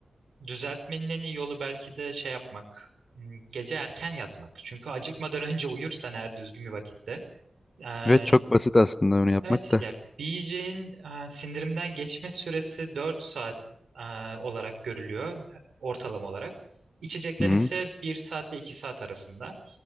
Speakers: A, on the right (about 85°); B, on the left (about 30°).
A: düzeltmenin en iyi yolu belki de şey yapmak. Hmm, Gece erken yatmak. Çünkü acıkmadan <laughs> önce uyursan eğer düzgün bir vakitte. ee,
B: Evet çok basit aslında onu yapmak
A: evet
B: da.
A: ya bir yiyeceğin e, sindirimden geçme süresi 4 saat e, olarak görülüyor ortalama olarak. İçeceklerin
B: Hı hı.
A: ise 1 saatle 2 saat arasında.